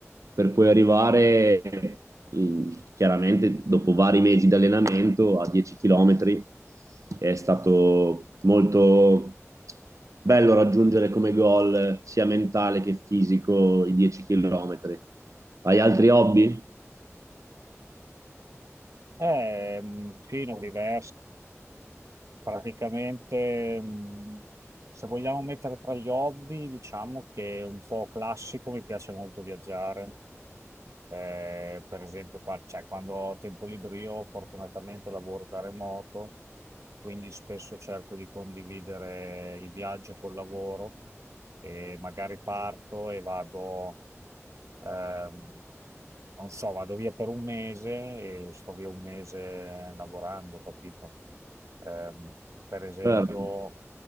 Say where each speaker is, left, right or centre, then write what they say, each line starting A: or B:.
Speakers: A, on the right; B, on the right.
A: per poi arrivare in- chiaramente dopo vari mesi di allenamento a 10 chilometri. È stato molto bello raggiungere come goal eh, sia mentale che fisico i 10 chilometri. Hai altri hobby?
B: Eh, sì, no, diverse Praticamente, mh, se vogliamo mettere tra gli hobby, diciamo che è un po' classico, mi piace molto viaggiare. Eh, per esempio, qua- cioè, quando ho tempo libero, io fortunatamente lavoro da remoto, quindi spesso cerco di condividere il viaggio col lavoro e magari parto e vado. ehm, non so, vado via per un mese e sto via un mese lavorando, capito? Ehm, per esempio,
A: Certo,